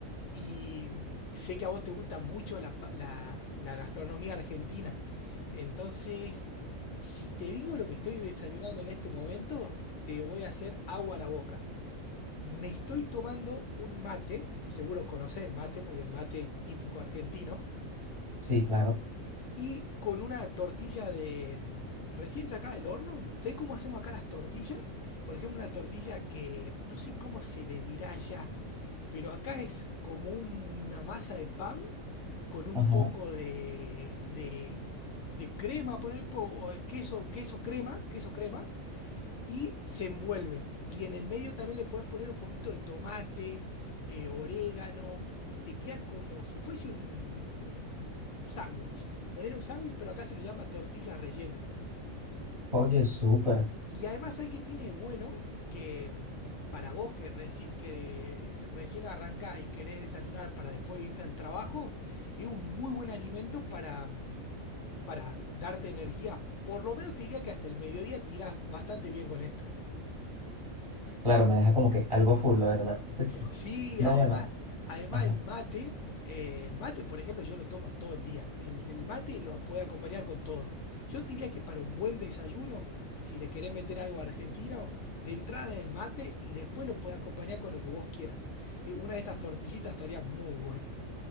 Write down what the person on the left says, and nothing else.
y mm, sé que a vos te gusta mucho la, pa- la- la gastronomía argentina. Entonces, si te digo lo que estoy desayunando en este momento, te voy a hacer agua a la boca. Me estoy tomando un mate, seguro conocés el mate porque el mate es típico argentino.
y con una tortilla de mm, recién sacada del horno. ¿Sabés cómo hacemos acá las tortillas? Por ejemplo, una tortilla que no sé cómo se le dirá allá, pero acá es como una masa de pan con un
poco de, de, de crema, poner po- o queso, queso crema, queso crema, y se envuelve. Y en el medio también le puedes poner un poquito de tomate, eh, orégano, y te queda como si fuese un, un, un sándwich. Ponerle un sándwich, pero acá se lo llama tortilla rellena.
Y además hay que tiene de bueno que mm, para vos que, reci- que recién arrancás y querés desayunar para después irte al trabajo, es un muy buen alimento para, mm, para darte energía Por lo menos te diría que hasta el mediodía tirás bastante bien con esto.
Sí,
además,
además
el mate, eh, el mate, por ejemplo, yo lo tomo todo el día. El, el mate lo puede acompañar con todo. Yo te diría que para un buen desayuno, si le querés meter algo argentino, de entrada es el mate y después lo puede acompañar con lo que vos quieras. Eh, una de estas tortillitas estaría muy bueno.